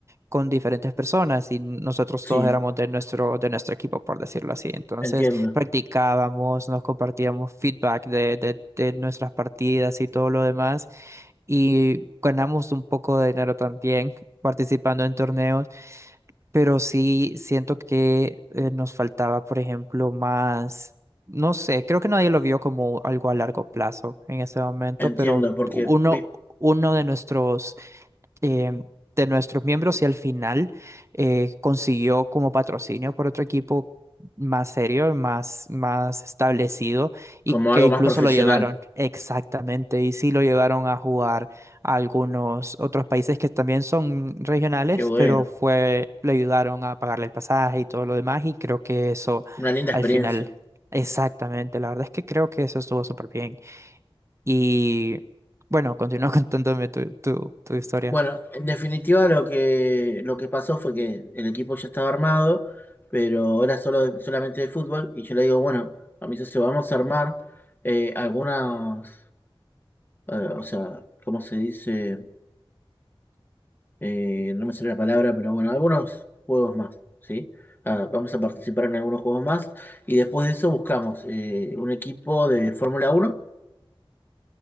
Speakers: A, on the right (about 30°); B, on the left (about 20°).
A: con diferentes personas y nosotros
B: sí,
A: todos éramos de nuestro, de nuestro equipo, por decirlo así. Entonces
B: entiendo,
A: practicábamos, nos compartíamos feedback de, de, de nuestras partidas y todo lo demás y ganamos un poco de dinero también participando en torneos, pero sí siento que eh, nos faltaba, por ejemplo, más... No sé, creo que nadie lo vio como algo a largo plazo en ese momento,
B: entiendo,
A: pero
B: porque
A: uno,
B: vi,
A: uno de nuestros eh, de nuestros miembros y al final eh, consiguió como patrocinio por otro equipo más serio, más, más establecido y
B: como
A: que
B: algo
A: incluso
B: más profesional,
A: lo llevaron exactamente y sí lo llevaron a jugar a algunos otros países que también son regionales,
B: qué bueno,
A: pero fue, le ayudaron a pagarle el pasaje y todo lo demás y creo que eso
B: una linda
A: al
B: experiencia.
A: final... Exactamente, la verdad es que creo que eso estuvo súper bien. Y bueno, continúa <laughs> contándome tu, tu tu historia.
B: Bueno, en definitiva lo que, lo que pasó fue que el equipo ya estaba armado, pero era solo de- solamente de fútbol, y yo le digo, bueno, a mi socio, vamos a armar eh, algunas, eh, o sea, ¿cómo se dice? Eh, no me sale la palabra, pero bueno, algunos juegos más, ¿sí? Ah, vamos a participar en algunos juegos más, y después de eso buscamos eh, un equipo de Fórmula uno